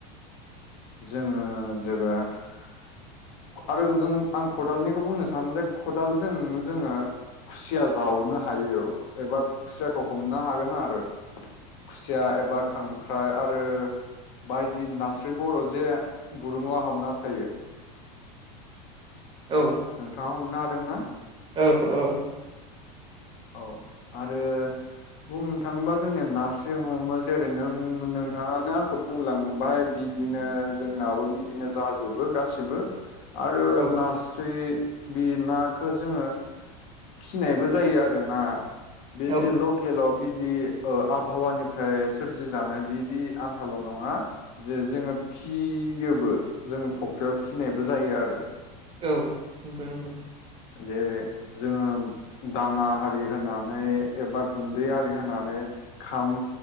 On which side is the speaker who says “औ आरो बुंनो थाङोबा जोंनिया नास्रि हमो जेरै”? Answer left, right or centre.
Left